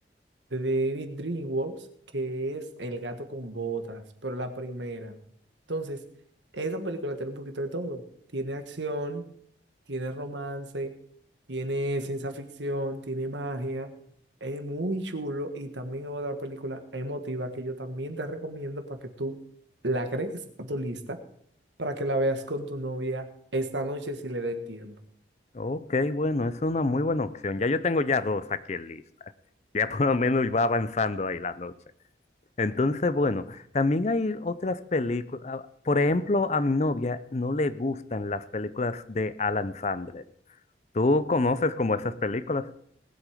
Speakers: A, on the right (about 75°); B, on the left (about 35°).
A: de David DreamWorks, que es El gato con botas, pero la primera. Entonces, esa película tiene un poquito de todo. Tiene acción, tiene romance, tiene ciencia ficción, tiene magia. Es muy chulo y también otra película emotiva que yo también te recomiendo para que tú la agregues a tu lista para que la veas con tu novia esta noche si le da el tiempo.
B: Ok, bueno, es una muy buena opción. Ya yo tengo ya dos aquí en lista. Ya por lo menos va avanzando ahí la noche. Entonces, bueno, también hay otras películas. ah, Por ejemplo, a mi novia no le gustan las películas de Alan Sandler. ¿Tú conoces como esas películas?